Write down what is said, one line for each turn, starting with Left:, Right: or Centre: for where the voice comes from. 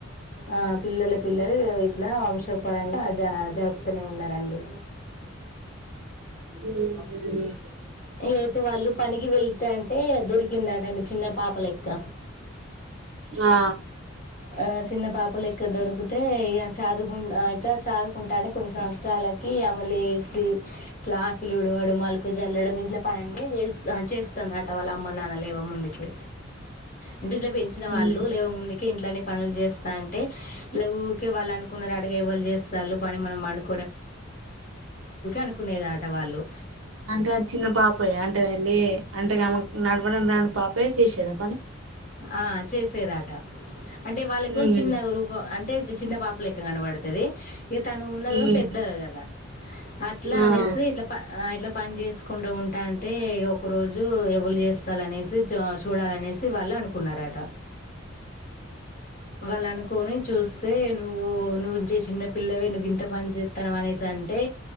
Left: ఆ, పిల్లల పిల్లలు ఇట్లా వంశపరంగా జ- జరుపుతూనే ఉన్నారండి
Right: హమ్ హమ్ <inaudible>
Left: అయితే వాళ్ళు పనికి వెళ్త అంట అంటే దొరికిందటండి చిన్న పాప లెక్క
Right: ఆ
Left: ఆ చిన్న పాప లెక్క దొరికితే ఇగ చదువుకు ఇట్లా చదువుకుంటాడు కొన్ని సంవత్సరాలకి అమలు క్లాస్లు విడువడు మల్ జల్లడం ఇంట్ల పనిన్ని చే చేస్తుందిట వాళ్ళ అమ్మ నాన్న. లేవ ముందుకి అంటే ఇట్ల పెంచిన వాళ్లు
Right: ఉమ్
Left: వేవ ముందుకి ఇంట్లనే పనులు చేస్తా అంటే ఇలా ఊకే వాళ్ళు అనుకున్నారు అటగా వాళ్ళు చేస్తళ్ళు పని మనం పడు అనుకునేదాట వాళ్ళు
Right: అంటే చిన్న పాపయ అంటే వెళ్ళి అంటే ఆమె నడపడం రాని పాపి చే‌సేది.
Left: ఆ చేసేదాట అంటే వాళ్ళకు
Right: ఉమ్
Left: చిన్న రూపం అంటే చిన్న పాపు లెక్క కనబడుతుంది ఇ తను ఉన్నద
Right: ఉమ్
Left: పెద్దది కదా అట్లా
Right: ఆ
Left: అనేసి ఇట్లా ఇట్లా పని చేసుకుంటూ ఉంటే అంటే ఒక రోజు ఎవలు చేస్తాల అనేసి. జ చూడలనేసి కళ్ళ అనుకున్నారట వాళ్ళ అనుకోని చూస్త రే నువ్వు ఓ నువ్వుజ చిన్నపిల్లవే నువ్వు ఇంత పని చేస్తాను అనేసి అంటే